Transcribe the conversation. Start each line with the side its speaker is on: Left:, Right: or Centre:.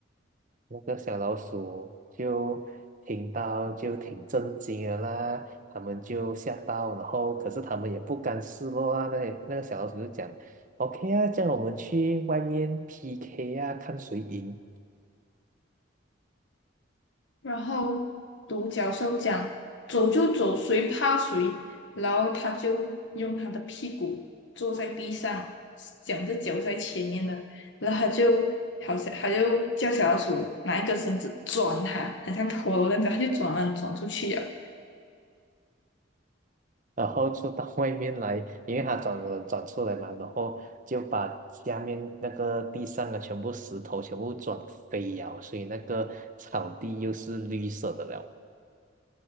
Right: 那个小老鼠就听到就挺震惊的啦，他们就吓到，然后可是他们也不甘示弱啊。那那个小老鼠就讲，OK 啊，这样我们去外面 PK 啊，看谁赢。
Left: 然后独角兽讲走就走，谁怕谁？然后他就用他的屁股坐在地上，两只脚在前面的，然后他就好像他就叫小老鼠拿一根绳子转他，好像陀螺那样子，他就转啊转出去了。
Right: 然后就到外面来，因为它转转转出来嘛，然后就把下面那个地上的全部石头全部转飞了，所以那个草地又是绿色的了。